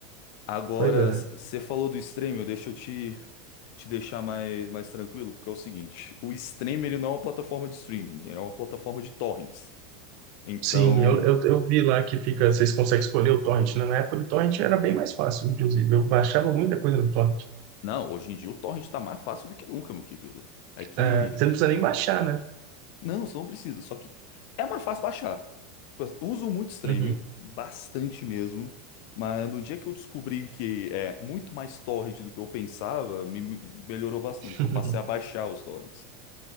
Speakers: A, on the left; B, on the right.
A: Agora,
B: Pois é.
A: você falou do streaming, deixa eu te te deixar mais, mais tranquilo, porque é o seguinte, o Stream ele não é uma plataforma de streaming, é uma plataforma de torrents. Então,
B: Sim, eu, eu, eu vi lá que fica, vocês conseguem escolher o torrent, né? Na época do torrent era bem mais fácil, inclusive. Eu baixava muita coisa no torrent.
A: não, hoje em dia o torrent tá mais fácil do que nunca, meu querido. É que,
B: É, você não precisa nem baixar, né?
A: não, você não precisa, só que é mais fácil baixar. Tipo, Uso muito Stremio,
B: Uhum.
A: bastante mesmo, mas no dia que eu descobri que é muito mais torrent do que eu pensava, me me melhorou bastante,
B: <laughs>
A: que eu passei a baixar os torrents.